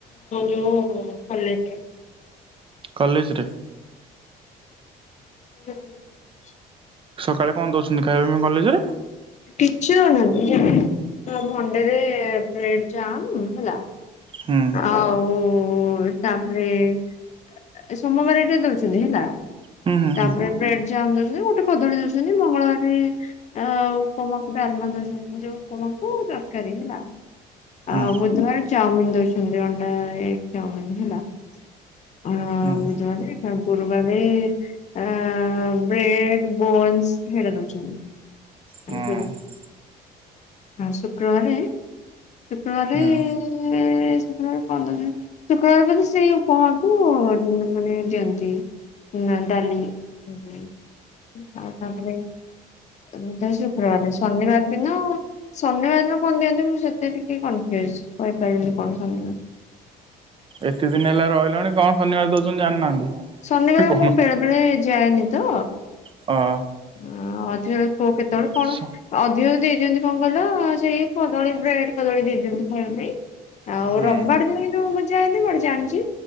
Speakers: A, on the left; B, on the right.
A: ଯୋଉ କଲେଜରେ।
B: କଲେଜରେ।
A: <inaudible>
B: ସକାଳେ କଣ ଦଉଛନ୍ତି ଖାଇବା ପାଇଁ କଲେଜରେ?
A: କିଛି ଦଉନାହାନ୍ତି ଯେ, ମଣ୍ଡେରେ ବ୍ରେଡ ଜାମ ହେଲା।
B: ହୁଁ
A: ଆଉ ତାପରେ, ଏ, ଏ ସୋମବାର ଏଇଟା ଦଉଛନ୍ତି ହେଲା।
B: ହୁଁ ହୁଁ
A: ତାପରେ ବ୍ରେଡ ଜାମ ଦଉଛନ୍ତି, ଗୋଟେ କଦଳୀ ଦଉଛନ୍ତି ମଙ୍ଗଳବାରେ ଆଉ ଉପମାକୁ ଡାଲମା ଦଉଛନ୍ତି, ଯୋଉ ଉପମାକୁ ତରକାରୀ ହେଲା।
B: ହୁଁ
A: ଆଉ ବୁଧବାରେ ଚାଉମିିନ ଦଉଛନ୍ତି ଅଣ୍ଡା ଏଗ୍ ଚାଓମିନ ହେଲା। <unintelligible> ଆଉ
B: ହୁଁ
A: ଗୁରୁବାରେ ଆ ବ୍ରେଡ, ବୋନ୍ସ ହେଇରା ଦଉଛନ୍ତି।
B: ହୁଁ
A: ହଁ
B: ହୁଁ
A: ହଁ ଶୁକ୍ରବାରେ, ଶୁକ୍ରବାରେ,
B: ହୁଁ।
A: ଶୁକ୍ରବାରେ କଣ ଦଉଛନ୍ତି ଶୁକ୍ରବାରେ ବୋଧେ ସେଇ ଉପମାକୁ ଉଁ ମାନେ ଦିଅନ୍ତି। ନାଁ ଡାଲି ଆଉ ତାପରେ <inaudible> ଶୁକ୍ରବାରେ ଶନିବାର ଦିନ ଶନିବାର ଦିନ କଣ ଦିଅନ୍ତି ମୁଁ ସେତେ ଟିକେ କନଫ୍ୟୁଜ, କହିପାରିବିନି କଣ ଦିଅନ୍ତି।
B: ଏତେ ଦିନ ହେଲା ରହିଲାଣି, କଣ ଶନିବାର ଦଉଛନ୍ତି ଜାଣିନାହାନ୍ତି?
A: ଶନିିବାରେ
B: କଣ
A: ମୁଁ ବେଳେ ବେଳେ ଯାଏନି ତ।
B: ହଁ।
A: ହ ଅଦିନରେ କୋଉ କେତେବେଳେ କଣ?
B: ସ
A: ଅଧିକ ଦେଇଦିଅନ୍ତି କଣ କହିଲ, ସେଇ କଦଳୀ, ବ୍ରେଡ, କଦଳୀ ଦେଇଦିଅନ୍ତି ଖାଇବା ପାଇଁ। ଆଉ
B: ହୁଁ
A: ରବିବାର ଦିନ କିନ୍ତୁ, ମୁଁ ଯାଏନି ବଟ ଜାଣିଛି।